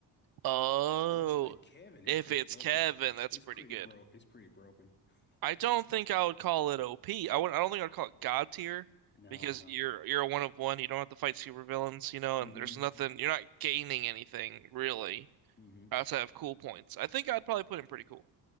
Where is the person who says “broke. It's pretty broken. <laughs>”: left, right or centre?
Left